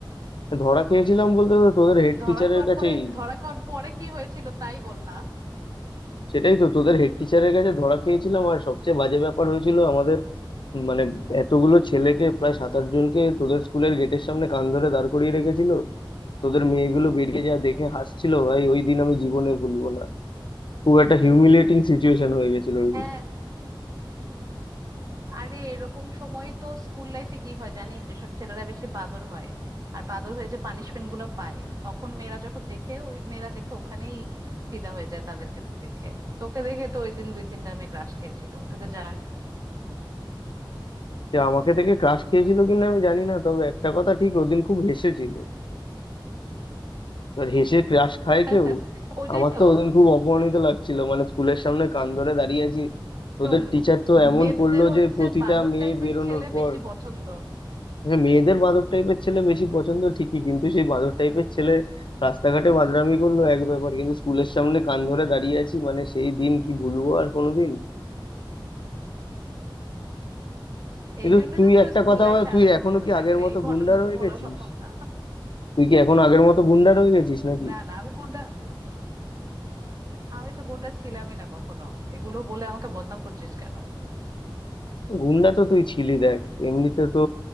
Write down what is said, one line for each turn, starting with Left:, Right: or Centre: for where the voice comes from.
Left: ধরা খেয়েছিলাম বলতে তো তোদের হেড
Right: ধরা
Left: টিচারের
Right: খাওয়ার
Left: কাছেই
Right: পরে ধরা খাওয়ার পরে কি হয়েছিল তাই বল না
Left: সেটাই তো তোদের হেড টিচারের কাছে ধরা খেয়েছিলাম আর সবচেয়ে বাজে ব্যাপার হয়েছিল আমাদের মানে এতগুলো ছেলেকে প্রায় সাত আট জনকে তোদের স্কুলের গেটের সামনে কান ধরে দাঁড় করিয়ে রেখেছিল তোদের মেয়েগুলো বেরিয়ে যা দেখে হাসছিল ভাই ওই দিন আমি জীবনে ভুলবো না খুব একটা হিউমিলিয়েটিং সিচুয়েশন হয়ে গেছিল ওই
Right: হ্যাঁ
Left: দিন
Right: আরে এরকম সময় তো স্কুল লাইফে কি হয় জানিস যেসব ছেলেরা বেশি বাদর হয় আর বাদর হয়ে যে পানিশমেন্ট গুলো পায় তখন মেয়েরা যখন দেখে ওই মেয়েরা দেখে ওখানেই ফিদা হয়ে যায় তাদেরকে দেখে তোকে দেখে তো ওই দিন দুই তিনটা মেয়ে ক্রাশ খেয়েছিল তুই তো জানিস
Left: সে আমাকে থেকে ক্রাশ খেয়েছিল কিনা আমি জানি না তবে একটা কথা ঠিক ওদিন খুব হেসেছিল এবার হেসে ক্রাশ খায়
Right: <laughs>
Left: কেউ
Right: ওইটাই
Left: আমার
Right: তো
Left: তো ওদিন খুব অপমানিত লাগছিল মানে স্কুলের সামনে কান ধরে দাঁড়িয়ে আছি তোদের
Right: শোন
Left: টিচার তো এমন
Right: মেয়েদের
Left: করলো
Right: হচ্ছে
Left: যে প্রতিটা
Right: বাঁদর
Left: মেয়ে
Right: টাইপের
Left: বেরোনোর
Right: ছেলে
Left: পর
Right: বেশি পছন্দ
Left: হ্যাঁ, মেয়েদের বাঁদর টাইপের ছেলে বেশি পছন্দ ঠিকই কিন্তু সেই বাঁদর টাইপের ছেলে রাস্তাঘাটে বাদরামি করলো এক ব্যাপার কিন্তু স্কুলের সামনে কান ধরে দাঁড়িয়ে আছি মানে সেই দিন কি ভুলবো আর কোনোদিন কিন্তু
Right: এই জন্যই
Left: তুই
Right: তো তোর
Left: একটা
Right: স্কুল
Left: কথা
Right: লাইফ
Left: বল
Right: সারা
Left: তুই
Right: জীবন
Left: এখনো
Right: মনে
Left: কি
Right: থাকবে
Left: আগের মতো
Right: এই ঘটনা
Left: গুন্ডা রয়ে
Right: তো ভোলা
Left: গেছিস
Right: সম্ভব না
Left: তুই কি এখন আগের মতো গুন্ডা রয়ে গেছিস নাকি
Right: না না আমি গুন্ডা আমি তো গুন্ডা ছিলামই না কখনো এগুলো বলে আমাকে বদনাম করছিস কেন
Left: গুন্ডা তো তুই ছিলি দেখ এমনিতে তো